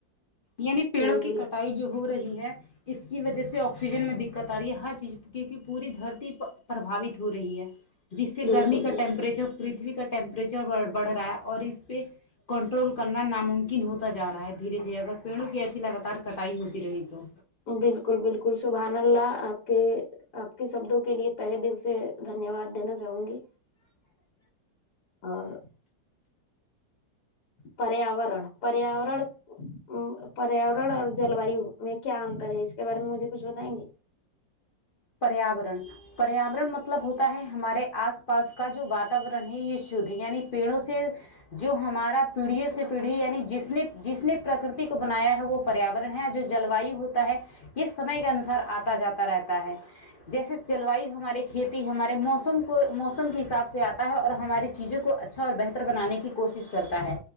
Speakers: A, on the left (about 45°); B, on the left (about 60°).
A: یعنی پیڑوں
B: ضروری
A: کی
B: ہے
A: کٹائی جوہورہی ہے اس کی وجہ سے آکسیجن میں دقت آ رہی ہے ہر چیز کیونکہ پوری دھرتی پرپروہریت ہو رہی ہے جس سے
B: بالکل
A: گرمی کا
B: بالکل
A: ٹیمپریچرپری پرتوی کا ٹیمپریچربڑھ رہا ہے اور اس پہ کنٹرول کرنا ناممکن ہوتا جا رہا ہے دھیرے دھیرے اگر پیڑوں کی ایسی لگاتار کٹائی ہوتی رہی تو
B: بالکل بالکل سبحان اللہ آپ کہ آپ کے سبدوں کے لیے تہہ دل سے دھنیوات دینا چاہونگی
A: اں
B: اور پریواران پریاوڑن ہمم پریاوڑن اور جلوائی میں کیا انتر ہے اس کے بارے میں مجھے کچھ بتائینگی
A: پریواران پریواران مطلب ہوتا ہے ہمارے آس پاس کا جو واتواران ہے یہ شدھ ہے یعنی پیڑوں سے جو ہمارا پیڑھیوں سے پیڑھی یعنی جس نے جس نے پرکاتھی کو بنایا ہے وہ پر یواران ہے جو جلوائی ہوتا ہے یہ سمعی کے انوسار آتا جاتا رہتا ہے جیسے جلوائی ہماری کھیتی ہمارے موسم کو موسم کے حساب سے آتا پہ اور ہماری چیزوں کو اچھا اور بہتر بنانے کی کوشش کرتا ہے